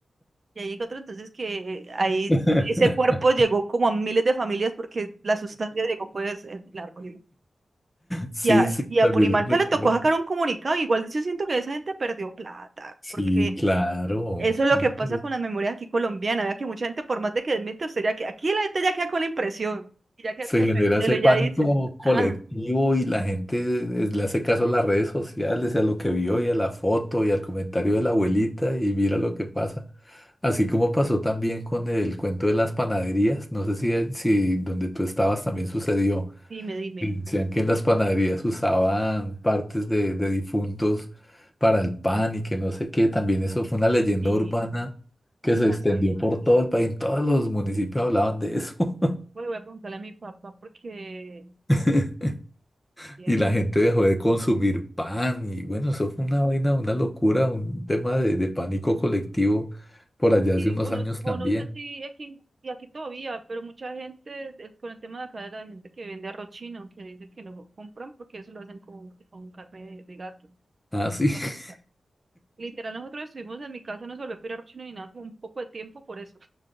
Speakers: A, on the right; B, on the left.
A: y ahí llegó otro, entonces que ahí
B: <laughs>
A: ese cuerpo llegó como a miles de familias porque la sustancia llegó pues en la Apurímac.
B: Sí,
A: Y a,
B: sí,
A: y a
B: también.
A: Ponimalta
B: lo recuerdo.
A: le tocó sacar un comunicado, igual yo siento que esa gente perdió plata,
B: Sí,
A: porque
B: claro.
A: eso es lo
B: ¿no?
A: que pasa
B: Pues,
A: con las memorias aquí colombianas. Vea que mucha gente, por más de que desmiente, usted ya que aquí la gente ya queda con la impresión y ya queda
B: Se
A: con el
B: genera
A: cancelo
B: ese
A: y
B: pánico
A: ya dice,
B: colectivo
A: ah,
B: y la gente es- le hace caso a las redes sociales, y a lo que vio y a la foto y al comentario de la abuelita y mira lo que pasa. Así como pasó también con el cuento de las panaderías, no sé si, si donde tú estabas también sucedió.
A: dime, dime.
B: Y Decían que en las panaderías usaban partes de, de difuntos para el pan y que no sé qué. También eso fue una leyenda
A: Sí,
B: urbana
A: yo
B: que
A: no me
B: se
A: la
B: extendió
A: sabía.
B: por todo el país. En todos los municipios hablaban de eso.
A: Voy, voy a preguntarle a mi papá porque,
B: <laughs>
A: eh,
B: Y la gente dejó de consumir pan. Y bueno, eso fue una vaina, una locura, un tema de, de pánico colectivo por allá
A: sí,
B: hace unos
A: o no,
B: años
A: o
B: también.
A: no sé si aquí, en- y aquí todavía, pero mucha gente eh, con el tema de acá de la gente que vende arroz chino, que dice que no compran porque eso lo hacen con, con carne de, de gato.
B: Ah, sí. <laughs>
A: O sea, Literal, nosotros estuvimos en mi casa, no se volvió a pedir arroz chino ni nada, como un poco de tiempo por eso